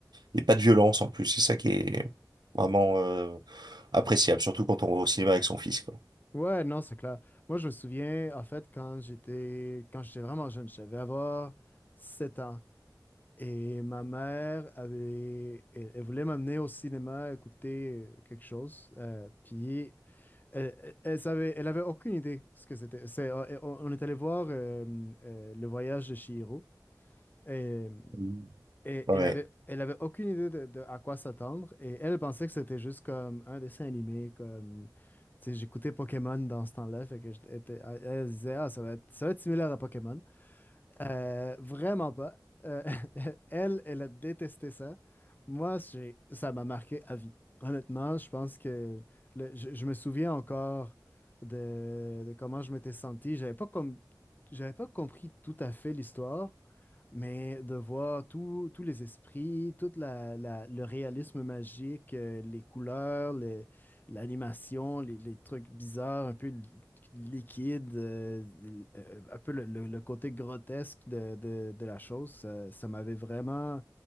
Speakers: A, on the right (about 75°); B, on the left (about 25°).
A: Et pas de violence en plus. C'est ça qui est vraiment euh, appréciable, surtout quand on va au cinéma avec son fils quoi.
B: Ouais, non, c'est clair. Moi, je me souviens, en fait, quand j'étais quand j'étais vraiment jeune, je devais avoir 7 ans. Et ma mère avait elle, elle voulait m'amener au cinéma écouter euh, quelque chose. euh, puis elle, elle, elle savait, elle avait aucune idée ce que c'était. C'est, euh, on, on est allé voir euh, euh, Le Voyage de Chihiro. et
A: Mm.
B: et
A: Ouais.
B: elle avait, elle avait aucune idée de, de à quoi s'attendre. Et elle pensait que c'était juste comme un dessin animé, comme... Tu sais, j'écoutais Pokémon dans ce temps-là, fait que j'étais- était- elle elle se disait, ah, ça va être, ça va être similaire à Pokémon. Euh, vraiment pas. Euh, <laughs> elle, elle a détesté ça. Moi, j'ai, ça m'a marqué à vie. Honnêtement, je pense que le- je, je me souviens encore de, de comment je m'étais senti. J'avais pas comme, j'avais pas compris tout à fait l'histoire, mais de voir tous tous les esprits, tout la, la- le réalisme magique, euh, les couleurs, les- l'animation, les, les trucs bizarres, un peu li- liquides, euh, euh, un peu le, le- le côté grotesque de, de- de la chose, ça, ça m'avait vraiment